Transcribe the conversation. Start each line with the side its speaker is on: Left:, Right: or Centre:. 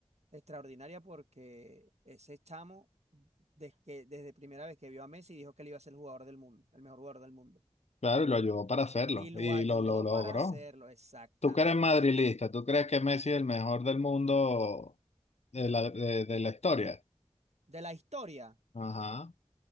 Right: extraordinaria porque ese chamo, desde que, desde primera vez que vio a Messi, dijo que él iba a ser el jugador del mundo, el mejor jugador del mundo.
Left: Claro, y lo ayudó para hacerlo
Right: Y lo
Left: y
Right: ayudó
Left: lo, lo logró.
Right: para hacerlo, exactamente.
Left: ¿Tú que eres madrilista? ¿Tú crees que Messi es el mejor del mundo de la, de, de la historia?
Right: De la historia,
Left: Ajá.